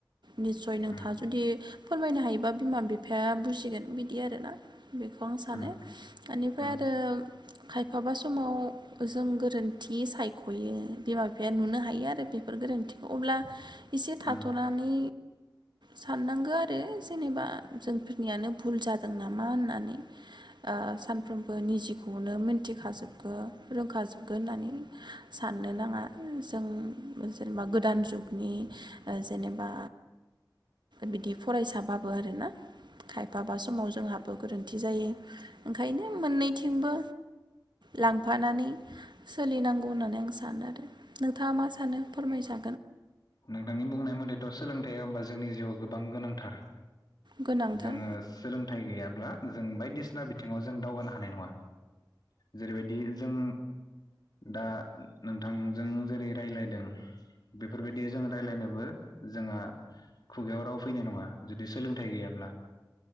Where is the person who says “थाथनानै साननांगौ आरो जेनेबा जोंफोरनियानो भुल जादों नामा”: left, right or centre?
Right